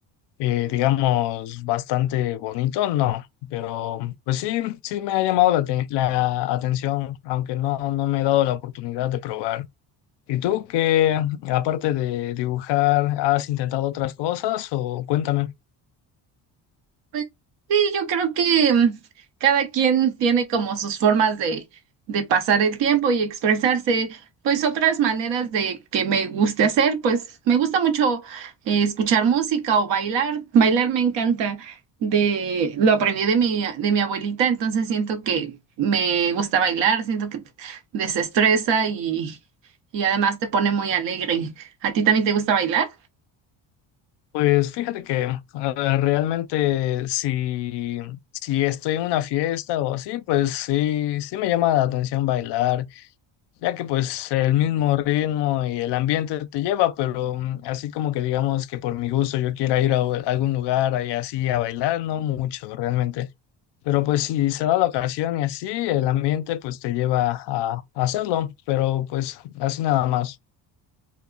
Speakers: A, on the left; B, on the right.
A: eh, digamos, bastante bonito, no, pero pues sí, sí me ha llamado la, te- la atención, aunque no, no me he dado la oportunidad de probar. ¿Y tú qué, aparte de dibujar, has intentado otras cosas o cuéntame?
B: Pues sí, yo creo que mm, cada quien tiene como sus formas de, de pasar el tiempo y expresarse, pues otras maneras de que me guste hacer, pues me gusta mucho eh, escuchar música o bailar, bailar me encanta, de, lo aprendí de mi, de mi abuelita, entonces siento que me gusta bailar, siento que desestresa y, y además te pone muy alegre. ¿A ti también te gusta bailar?
A: Pues fíjate que eh, realmente si, si estoy en una fiesta o así, pues sí, sí me llama la atención bailar. ya que pues el mismo ritmo y el ambiente te lleva, pero mm, así como que digamos que por mi gusto yo quiera ir a o- algún lugar ahí así a bailar, no mucho realmente, pero pues si se da la ocasión y así, el ambiente pues te lleva a a hacerlo, pero pues así nada más.